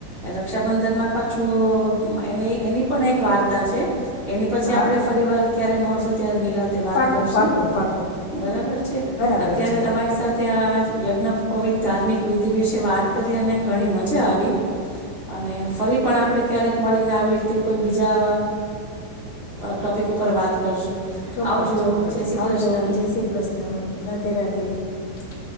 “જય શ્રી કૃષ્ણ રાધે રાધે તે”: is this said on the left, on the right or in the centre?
Left